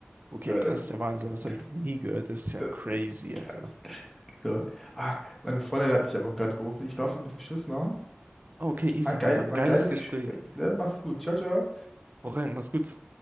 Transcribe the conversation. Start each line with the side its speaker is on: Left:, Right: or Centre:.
Right: Okay,
Centre: So,
Right: das
Centre: das,
Right: ist der Wahnsinn, das
Centre: das,
Right: habe ich noch nie gehört. Das ist ja
Centre: das
Right: crazy,
Centre: ist richtig krass.
Right: Alter.
Centre: So. Ah, meine Freundin hat mich aber auch gerade gerufen. Ich glaube, wir müssen Schluss machen.
Right: Ah, Okay, easy,
Centre: War ein geil,
Right: Mann. War ein
Centre: war
Right: geiles
Centre: ein geiles
Right: Gespräch.
Centre: Gespräch, ne? Mach's gut. Ciao, ciao.
Right: Hau rein, mach's gut.